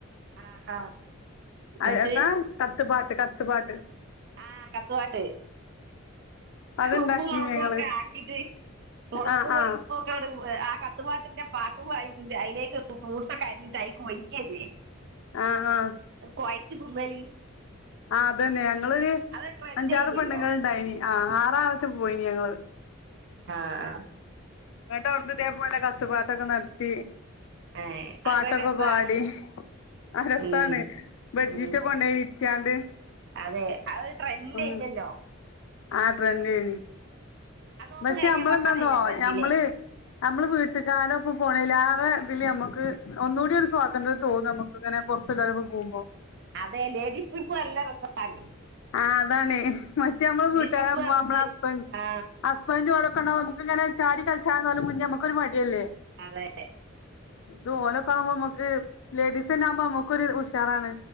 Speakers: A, on the right (about 55°); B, on the left (about 70°).
A: ആ ആ എന്നിട്ട്
B: അയ് എത്താ കത്ത്പാട്ട് കത്ത്പാട്ട്.
A: ആഹ് കത്തുപാട്ട്
B: അത്ണ്ടാക്കി
A: ഉപ്പു മൊളകു
B: ഞങ്ങള്
A: ഒക്കെ ആക്കീട്ട്. മൊളക്
B: ആ
A: പൊടി
B: ആ
A: ഉപ്പും ഒക്കെട് എ ആ കത്തുപാട്ടിന്റെ പാട്ടും പാടീട്ട് അതിലേക്ക് ഫ്രൂട്ട്സൊക്കെ അരിഞ്ഞിട്ട് അയിക്ക് ഒഴിക്കല്ലേ <inaudible>
B: ആഹ്
A: അത് കൊയച്ച് തിന്നല്
B: ആ അതന്നെ ഞങ്ങള്
A: അതൊരു ട്രെൻഡ്
B: അഞ്ചാറ്
A: കഴിഞ്ഞല്ലോ
B: പെണുങ്ങളിണ്ടായിനി ആ ആറാളറ്റെ പോയിനി ഞങ്ങള്
A: ആഹ് ആഹ്
B: ഇന്നിട്ടവിടുന്നിതേ പോലെ കത്ത്പാട്ടക്കെ നടത്തി
A: ഏ
B: പാട്ടൊക്കെ
A: അതൊക്കെ ഒരു രസാണ്
B: പാടി അഹ് രസാണ്
A: ഉം
B: ബെഡ്ഷീറ്റ്
A: ഉം
B: കൊണ്ടോയി വിരിച്ചാണ്ട്
A: അതെ അതൊരു ട്രെൻടെരുന്നല്ലോ
B: ഉം ആ ട്രെൻടെന്
A: ആ നോമ്പ്
B: പക്ഷെ
A: കഴിഞ്ഞ
B: നമ്മളെന്താന്നോ
A: പാടെ ഞാൻ ട്രെൻഡിലേ
B: ഞമ്മള് നമ്മള് വീട്ടുകാരൊപ്പം പോണയിലാറെ ഇതില് നമുക്ക് ഒന്നുകൂടിയൊരു സ്വാതന്ത്ര്യം തോന്നു നമു ഇത് ഇങ്ങനെ പൊറത്ത്ല്ലോരൊപ്പം പോവുമ്പൊ
A: അതെ ലേഡീസ് ട്രിപ്പ് നല്ല രസണ്ടായിന്
B: ആഹ് അതാണ് മറ്റേ നമ്മള് വീട്ടുകാരെപ്പം
A: ട്രിപ്പ് നമുക്ക്
B: നമ്മളെ ഹസ്ബൻ
A: ആ
B: ഹസ്ബന്റ് ഓലൊക്കെ ഒണ്ടാവുമ്പൊ നമു ഇതിങ്ങനെ ചാടി കളിച്ചാന്നാലും മുന്നേ നമ്മക്കൊരു മടിയല്ലേ
A: അതെ ലേ
B: ഇത് ഓലൊക്കെ ആവുമ്പ മ്മക്ക് ലേഡീസിനാവുമ്പൊ അമ്മക്കൊരു ഉഷാറാണ്